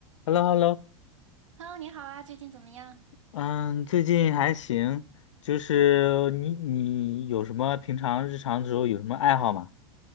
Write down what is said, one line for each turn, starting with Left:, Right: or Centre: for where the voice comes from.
Left: Hello，Hello，
Right: Hello，你好啊，最近怎么样？
Left: 嗯，最近还行，就是你你有什么平常日常的时候有什么爱好吗？